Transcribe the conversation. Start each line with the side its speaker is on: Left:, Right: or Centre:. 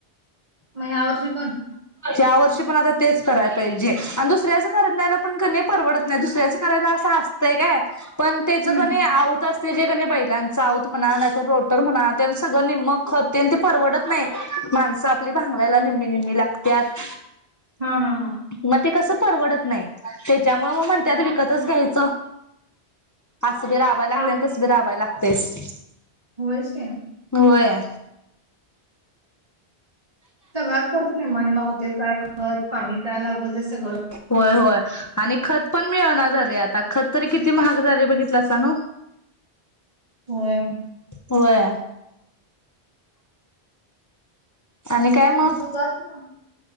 Right: मग या वर्षी पण
Left: त्या वर्षी पण आता तेच करायला पाहिजे आणि दुसऱ्याच कराण्याला पण करणं परवडत नाही दुसऱ्याच करायला असं असतंय काय पण त्याच
Right: हम्म
Left: कने आवताच ते जे कणी बैलांचं आऊत म्हणा नाहीतर रोटर म्हणा त्यां सगळं निम्मं खत तेन ते परवडत नाई माणसं आपली भांग यला निम्मी निम्मी लागत्यात
Right: हा हा हा
Left: म ते कसे परवडत नाही तेच्या त्यामुळे म म्हणतत विकतच घ्यायचं हस बी राबाय लागतय
Right: हळू
Left: आणि तस बी राबाय लाग तेच
Right: होयच की.
Left: होय.
Right: सगळाच खर्च निम्मा निम्मा होतय काय खळत पाणी काय लागल ते सगळं.
Left: होय होय आणि खत पण मिळाणा झालय आता खत तरी किती महाग झालय बघितलासा नुं.
Right: होय.
Left: होय आणि काय मग
Right: दुधाच दुधच